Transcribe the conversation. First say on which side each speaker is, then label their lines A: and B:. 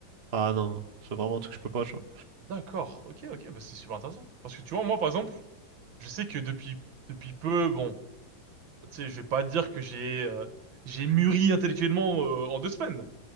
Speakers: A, on the right; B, on the right.
A: Ah non, c'est vraiment un truc que je peux pas, tu vois.
B: D'accord. Ok, ok, bah c'est super intéressant. Parce que tu vois, moi, par exemple, je sais que depuis, depuis peu, bon. Tu sais, je vais pas dire que j'ai euh, j'ai mûri intellectuellement euh, en deux semaines,